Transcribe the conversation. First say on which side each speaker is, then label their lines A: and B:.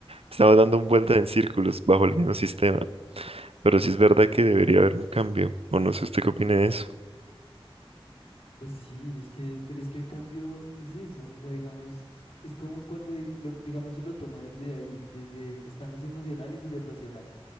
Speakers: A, on the right; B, on the left.
A: Estamos dando vueltas
B: Sí.
A: en círculos bajo el mismo sistema, pero sí es verdad que debería haber un cambio, o no sé usted qué opine de eso.
B: Pues sí, es que, pero es que el cambio es eso, o sea, digamos, es como cuando, di- lo- digamos, se lo toma desde ahí, desde, están los emocionales y los racionales.